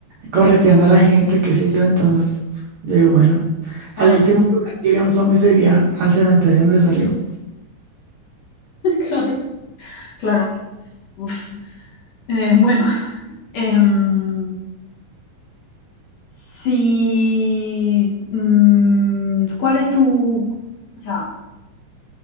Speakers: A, on the right; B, on the left.
A: correteando a la gente, qué sé yo. Entonces, yo digo, bueno,
B: <laughs> Claro,
A: al último lugar que iría un zombie sería al cementerio donde salió.
B: <laughs> claro. claro. Uf. Eh, bueno, em, si, mm, ¿cuál es tu, o sea,